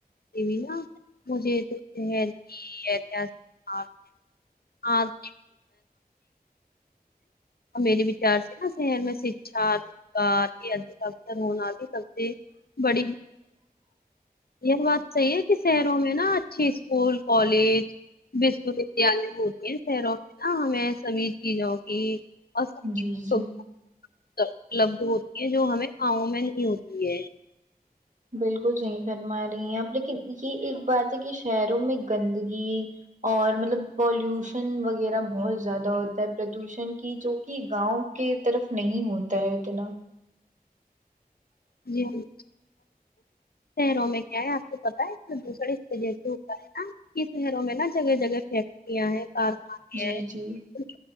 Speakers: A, on the left (about 75°); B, on the right (about 50°).
A: م ن مجھے اتنی ہیلپ کی کے آپ نے ہاں س اور میرے وچار سے نا شر میں شکچھا کار یہ اجھی تک ت ر آگ سبتے بڑی یہ بات صحیح ہے کہ شہروں میں نا اچھی اسکول کالجس یالے ہوتے ہیں سروں ہاںیں سبھی کی جاؤ کی اور
B: جی جی
A: اپلبھ ہوتی ہیں جو ہمیں گاؤوں میں نہیں ہوتی ہے
B: بالکل صحیح فرما رہی ہیں آپ لیکن یہ ایک بات ہے کہ شہروں میں گندگی اور مطلب پالوشن وغیرہ بہت زیادہ ہوتا ہے پردوشن کی جو کہ گاؤں کی طرف نہیں ہوتا ہے اتنا
A: جی جی شہروں میں کیا ہے آپ کو پتا ہے دوسرے جیسے ہوتا ہے نا شہروں میں نا جگہ جگہ فیکٹریاں ہیں کارخانے
B: جی
A: ہیںچ
B: جی